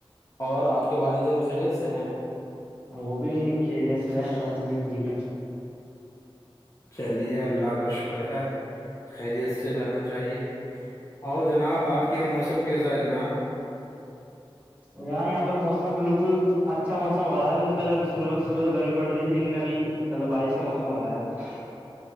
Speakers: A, on the left; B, on the right.
A: اور آپ کے والدین خیریت سے ہیں
B: وہ بھی ش جیس ہے الحمد للہ ٹھیک ہے
A: چلیے اللہ کا شکر ہے خیریت سے رہنا چاہیے اور جناب آپ کے یہاں موسم کیسا ہے جناب
B: یاں یہاں پر موسم بالکل اچھا موسم ہو رہا ہےبھی تو پہلے شرع میں صبح تو گرمی پڑ رہی تھی لیکن ابھی مطلب بارش کا موسم ہو رہا ہے